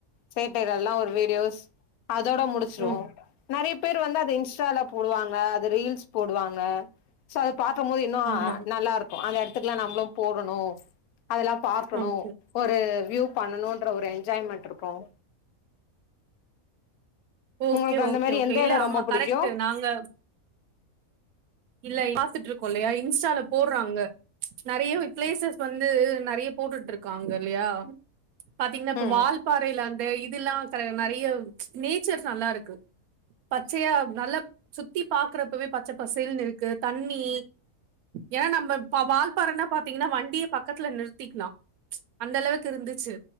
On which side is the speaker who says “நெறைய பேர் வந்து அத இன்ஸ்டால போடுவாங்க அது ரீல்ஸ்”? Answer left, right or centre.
Left